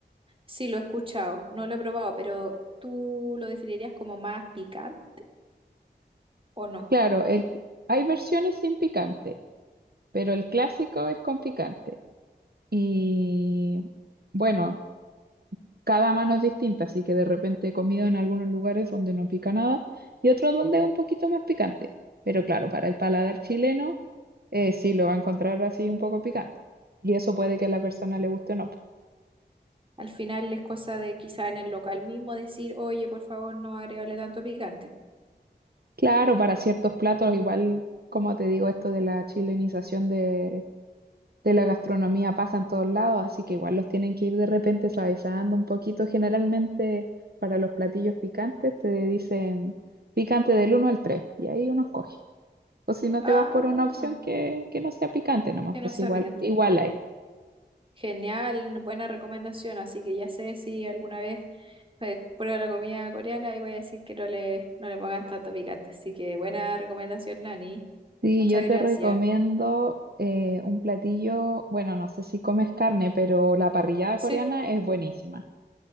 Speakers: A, on the right; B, on the right.
A: sí, lo he escuchado, no lo he probado, pero ¿tú lo definirías como más picante o no?
B: Claro, el, hay versiones sin picante, pero el clásico es con picante. Y bueno, cada mano es distinta, así que de repente he comido en algunos lugares donde no pica nada y otros donde es un poquito más picante. Pero claro, para el paladar chileno eh, sí lo va a encontrar así un poco picante. Y eso puede que a la persona le guste o no. po.
A: Al final es cosa de quizá en el local mismo decir, oye, por favor, no agregarle tanto picante.
B: Claro, para ciertos platos, igual como te digo, esto de la chilenización de de la gastronomía pasa en todos lados, así que igual los tienen que ir de repente suavizando un poquito. Generalmente para los platillos picantes te dicen picante del uno al 3 y ahí uno escoge. O si no te
A: Ah,
B: vas por una opción que, que no sea picante nomás,
A: que
B: pues
A: no sea
B: igual,
A: picante.
B: igual hay.
A: Genial, buena recomendación. Así que ya sé si alguna vez eh, pruebo la comida coreana y voy a decir que no le, no le pongan tanto picante. Así que buena recomendación, Nani.
B: Sí,
A: Muchas
B: yo
A: gracias.
B: te recomiendo eh, un platillo, bueno, no sé si comes carne, pero la parrillada
A: Sí,
B: coreana es buenísima.